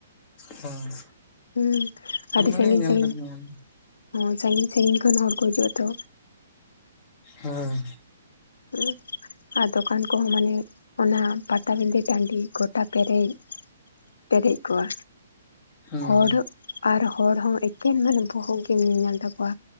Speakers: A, on the left (about 35°); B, on the left (about 80°).
A: ᱦᱮᱸ
B: ᱦᱩᱸ
A: ᱟᱹᱞᱤᱧ
B: ᱟᱹᱰᱤ
A: ᱦᱚᱞᱤᱧ
B: ᱥᱟᱺᱜᱤᱧ
A: ᱧᱮᱞ
B: ᱥᱟᱺᱜᱤᱧ,
A: ᱠᱟᱫ ᱜᱮᱭᱟ
B: ᱦᱚᱸ ᱥᱟᱺᱜᱤᱧ ᱥᱟᱺᱜᱤᱧ ᱠᱷᱚᱱ ᱦᱚᱲ ᱠᱚ ᱦᱤᱡᱩᱜᱼᱟ ᱛᱚ,
A: ᱦᱮᱸ
B: ᱦᱩᱸᱜ-ᱩ ᱟᱨ ᱫᱚᱠᱟᱱ ᱠᱚᱦᱚᱸ ᱢᱟᱱᱮ ᱚᱱᱟ ᱯᱟᱛᱟ ᱵᱤᱸᱫᱷᱟᱹ ᱴᱟᱺᱰᱤ ᱜᱚᱴᱟ ᱯᱮᱨᱮᱡ ᱯᱮᱨᱮᱡ ᱠᱚᱜᱼᱟ
A: ᱦᱮᱸ
B: ᱦᱚᱨ ᱟᱨ ᱦᱚᱲ ᱦᱚᱸ ᱮᱠᱮᱱ ᱢᱟᱱᱮ ᱵᱚᱦᱚᱜ ᱜᱮᱢ ᱧᱮᱞᱧᱟᱢ ᱛᱟᱠᱚᱣᱟ